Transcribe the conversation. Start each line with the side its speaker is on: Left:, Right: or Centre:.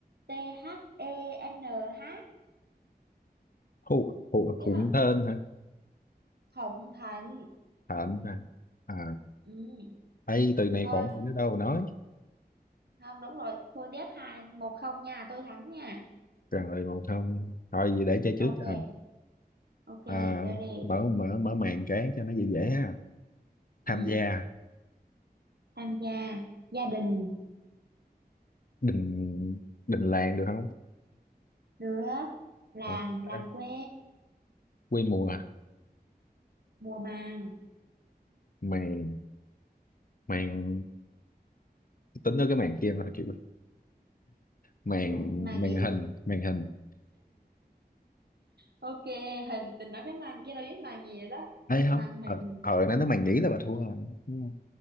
Right: t h e n h
Left: thu, thu,
Right: biết
Left: thụng
Right: không
Left: thên hả
Right: thụng thịnh
Left: thịnh hả à
Right: ừ.
Left: ấy từ này
Right: thôi
Left: còn
Right: thì-
Left: không biết đâu mà nói
Right: không đúng rồi thua tiếp hai một không nha tôi thắng nha
Left: rồi một không thôi gì để chơi trước
Right: ok
Left: cho
Right: ok
Left: à,
Right: chơi đi
Left: mở mở mở màn cái cho nó dễ dễ ha tham
Right: ừ.
Left: gia
Right: tham gia gia đình
Left: đình đình làng được không
Right: nước làng
Left: Được.
Right: làng
Left: Đấy,
Right: quê
Left: quy mô à
Right: mùa màng
Left: màn màn tính tới cái màn kia thôi chị màn
Right: màng, màng
Left: màn
Right: gì
Left: hình màn hình
Right: ok hình tình nói cái màn kia đâu biết màn gì rồi đó
Left: ấy không
Right: màn hình
Left: ờ ờ nó nó màn nhĩ là bà thua rồi đúng không?